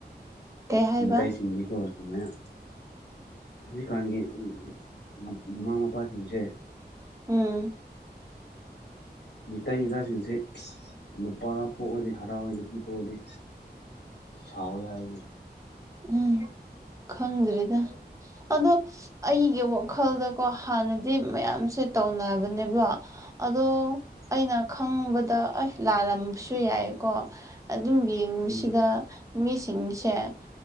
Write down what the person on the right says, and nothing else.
ꯀꯩ ꯍꯥꯏꯕ
ꯎꯝ
ꯎꯝ ꯈꯪꯗ꯭꯭ꯔꯦꯗ ꯑꯗꯣ ꯑꯩꯒꯤ ꯋꯥꯈꯜꯗꯀꯣ ꯍꯥꯟꯅꯗꯤ ꯃꯌꯥꯝꯁꯦ ꯇꯧꯅꯕꯅꯦꯕ ꯑꯗꯣ ꯑꯩꯅ ꯈꯪꯕꯗ ꯑꯦꯁ ꯂꯥꯜꯂꯝꯕꯁꯨ ꯌꯥꯏꯀꯣ ꯑꯗꯨꯝ ꯌꯦꯡꯕꯁꯤꯗ
ꯃꯤꯁꯤꯡꯁꯦ